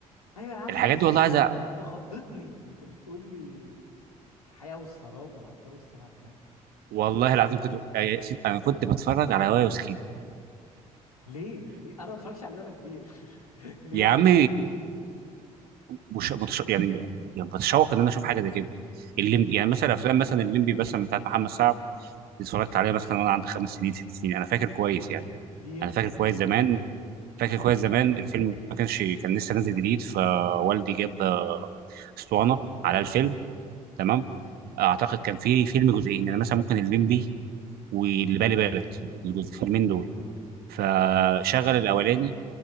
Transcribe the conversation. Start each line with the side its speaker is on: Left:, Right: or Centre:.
Left: ايوه يا عم
Right: الحاجات
Left: ما نشوف
Right: دي والله
Left: لا
Right: عايز
Left: انت انت خضتني وانت بتقول لي الحياة والسراب والعطار والسبع بنات
Right: والله العظيم كنت آه، انا كنت بتفرج على وايا وسكيني
Left: ليه ليه انا ما اتفرجش عليه وانا كبير <laughs> ليه
Right: يا عم مش متش... يعني يعني بتشوق ان انا اشوف حاجه زي كده
Left: مم.
Right: الليمبي يعني مثلا افلام مثلا الليمبي مثلا بتاعت محمد سعد دي اتفرجت عليها مثلا وانا عندي خمس سنين ست سنين انا فاكر كويس
Left: مم.
Right: يعني
Left: دي يمكن
Right: انا فاكر
Left: اه
Right: كويس زمان فاكر كويس زمان الفيلم ما كانش كان لسه نازل جديد فوالدي جاب اسطوانه على الفيلم تمام اعتقد كان في فيلم جزئين يعني مثلا ممكن الليمبي واللي بالي بالك الجزء- الفيلمين دول
Left: اه
Right: فشغل الاولاني